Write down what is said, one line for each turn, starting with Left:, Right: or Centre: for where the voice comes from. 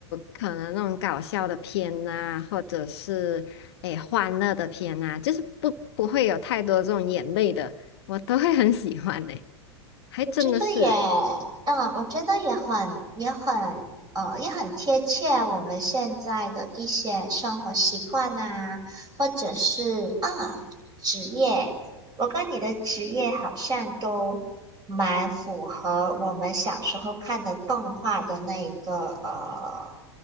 Left: 可能那种搞笑的片呐、或者是诶欢乐的片呐、就是不不会有太多这种眼泪的，我都会很喜欢诶、还真的是诶、
Right: 我觉得也，嗯，我觉得也很，也很，呃，也很贴切我们现在的一些生活习惯呐、或者是啊，职业。我跟你的职业好像都蛮符合我们小时候看的动画的那个呃